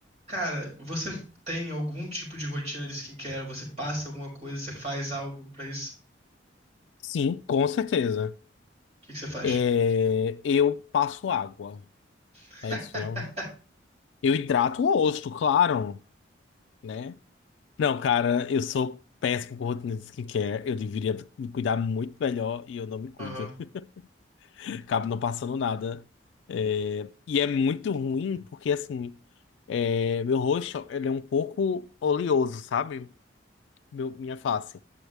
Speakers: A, on the right; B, on the left.
A: Cara, você tem algum tipo de rotina de skincare? Você passa alguma coisa? Você faz algo pra isso?
B: Sim, com certeza.
A: O que que você faz?
B: É, eu passo água.
A: <laughs>
B: É isso, não? Eu hidrato o rosto, claro, né? Não, cara, eu sou péssimo com rotina de skincare. Eu deveria me cuidar muito melhor e eu não me cuido.
A: Aham.
B: <laughs> Acabo não passando nada. É, e é muito ruim porque, assim, é, meu rosto ele é um pouco oleoso, sabe? Meu, minha face.